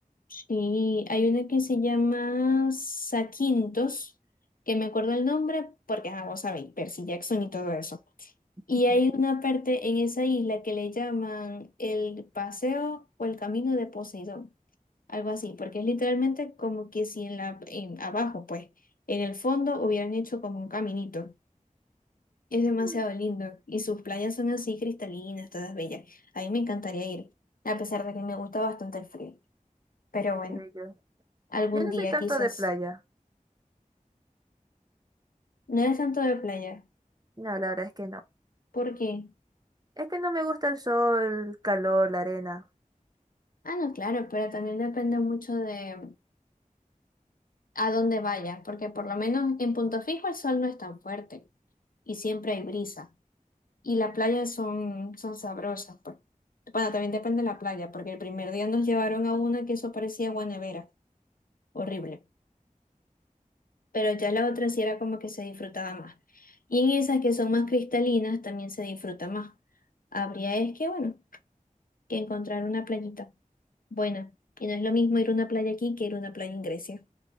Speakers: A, on the left; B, on the right.
A: sí, hay una que se llama Saquintos, que me acuerdo el nombre porque, ah, vos sabéis, Percy Jackson y todo eso.
B: <laughs>
A: Y
B: Ujú.
A: hay una parte en esa isla que le llaman el paseo o el camino de Poseidón. algo así, porque es literalmente como que si en la, en, abajo, pues, en el fondo hubieran hecho como un caminito. Es demasiado
B: Mm,
A: lindo y sus playas son así cristalinas, todas bellas. A mí me encantaría ir, a pesar de que me gusta bastante el frío. Pero bueno,
B: Qué bello.
A: algún
B: Yo no
A: día
B: soy tanto
A: quizás.
B: de playa.
A: No eres tanto de playa,
B: No, la verdad es que no.
A: porque,
B: Es que no me gusta el sol, el calor, la arena.
A: ah, no, claro, pero también depende mucho de a dónde vayas, porque por lo menos en Punto Fijo el sol no es tan fuerte y siempre hay brisa. y las playas son, son sabrosas, pues. Bueno, también depende de la playa, porque el primer día nos llevaron a una que eso parecía Guanevera, horrible. Pero ya la otra sí era como que se disfrutaba más. Y en esas que son más cristalinas también se disfruta más. Habría es que, bueno, que encontrar una playita buena. Y no es lo mismo ir a una playa aquí que ir a una playa en Grecia,